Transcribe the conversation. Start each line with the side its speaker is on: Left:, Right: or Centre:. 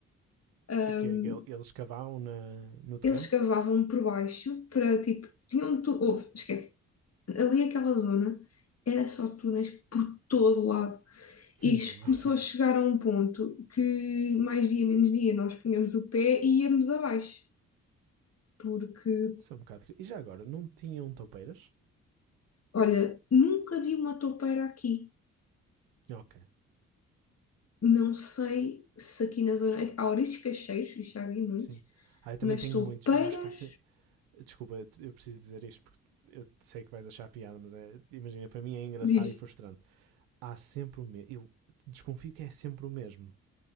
Left: Ahm,
Right: O quê? que ele- Eles cavavam na, no terreno?
Left: eles cavavam por baixo para, tipo, tinham tudo, houve, esquece. Ali aquela zona era só túneis por todo lado.
Right: Hum,
Left: E isto começou
Right: ok.
Left: a chegar a um ponto que, mais dia, menos dia, nós punhamos o pé e íamos abaixo porque
Right: São um bocado... cri- E já agora, não tinham toupeiras?
Left: Olha, nunca vi uma toupeira aqui.
Right: Ok,
Left: Não sei se aqui na zona. Há ouriços cacheiros, e já vi muitos,
Right: sim. Ah, eu também
Left: mas
Right: tenho
Left: toupeiras,
Right: muitos. Eu acho que há. se- Desculpa, eu, eu preciso dizer isto porque eu sei que vais achar piada, mas é- imagina, para mim é engraçado
Left: diz.
Right: e frustrante. Há sempre o mesmo. Eu desconfio que é sempre o mesmo.